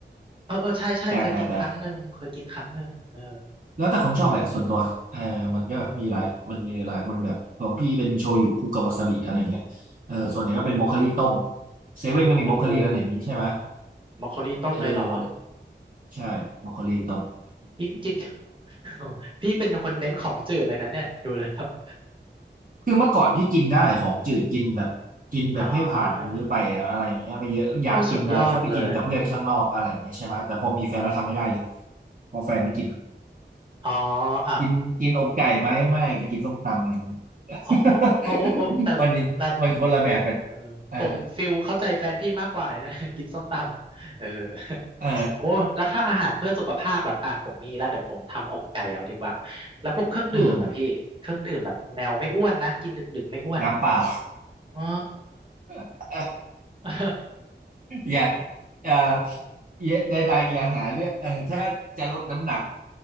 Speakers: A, on the right; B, on the right.
A: เออเออใช่ใช่เคยกินครั้งหนึ่งเคยกินครั้งหนึ่งเออ
B: แต่แต่แต่ แล้วแต่คนชอบแหละส่วนตัวเออมันก็มีหลายมันมีหลายคนแบบของพี่เป็นโชยุคุกาวาซาบิอะไรอย่างเงี้ยเออส่วนใหญ่ก็เป็นบรอกโคลีต้ม
A: อืม
B: เซเว่นก็มีบรอกโคลีแล้วเดี๋ยวนี้ใช่ไหม
A: โอ้โหมอคโคลีต้มเลยเหรอ
B: เออใช่บรอกโคลีต้ม
A: กินกิน <laughs> พี่เป็นคนเน้นของจืดเลยนะเนี่ยดูแล้ว <laughs>
B: <laughs> คือเมื่อก่อนพี่กินได้ของจืดกินแบบกินแบบให้ผ่านมื้อไปอะอะไรอย่างเงี้ยไม่เยอะอยากกินอะไรค่อยไปกินกับเพื่อนข้างนอกอะไรอย่างเงี้ยใช่ไหมแต่พอมีแฟนแล้วทำไม่ได้เลย
A: อ๋อโอ้สุดยอดเลย
B: พอแฟนไม่กิน
A: อ๋ออ่ะ
B: กินกินอกไก่ไหมไม่จะกินส้มตำอะไรอย่างงี้
A: อ๋อ
B: <laughs>
A: โอ้โอ้โอ้แต่แต่
B: วันนี้วันคนละแบบกัน
A: เออผมฟิลเข้าใจแฟนพี่มากกว่าเลยนะ
B: เออ
A: <laughs> กินส้มตำเออ
B: เออ
A: โอ้แล้วถ้าอาหารเพื่อสุขภาพแบบอ่ะผมมีแล้วเดี๋ยวผมทำอกไก่เอาดีกว่าแล้วพวกเครื่องดื่มอ่ะพี่เครื่องดื่มแบบแนวไม่อ้วนนะกินดึกๆไม่อ้วนอ่ะ
B: อืมน้ำเปล่า
A: <laughs> อ๋อ
B: <laughs>
A: <laughs>
B: อย่าเอ่ออย่าใดๆอย่าหาเรื่องเออถ้าจะลดน้ำหนัก